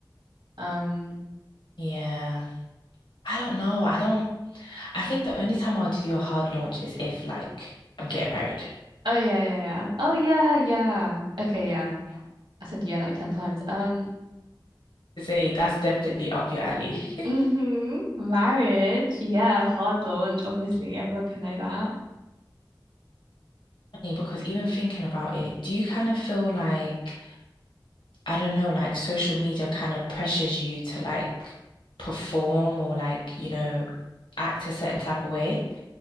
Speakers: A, on the right (about 90°); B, on the left (about 90°).
A: Um,
B: Yeah. I don't know. I don't. I think the only time I'll do a hard launch is if like I'm getting married.
A: oh yeah, yeah, yeah. Oh yeah, yeah. Okay, yeah.
B: Yeah.
A: I said yeah like 10 times. Um,
B: say that's definitely up your alley. <laughs>
A: <laughs>
B: Funny,
A: hmm Marriage. Yeah, hard launch, obviously. Everyone can know that.
B: Because even thinking about it, do you kind of feel like, I don't know, like social media kind of pressures you to like perform or like, you know, act a certain type of way?